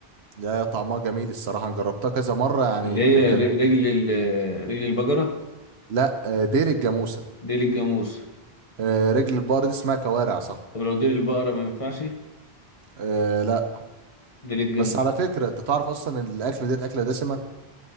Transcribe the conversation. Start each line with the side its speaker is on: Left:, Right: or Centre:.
Right: لا طعمها جميل الصراحه انا جربتها كذا مره يعني
Left: اللي هي
Right: كانت جميل
Left: ر- رجل ال- رجل البقرة
Right: لا آه، ديل الجاموسه
Left: ديل الجاموس
Right: آه، رجل البقر دي اسمها كوارع صح
Left: طب لو ديل البقرة ما ينفعش
Right: آه لا
Left: ديل الجاموس
Right: بس على فكره انت تعرف اصلا ان الاكله ديت اكله دسمه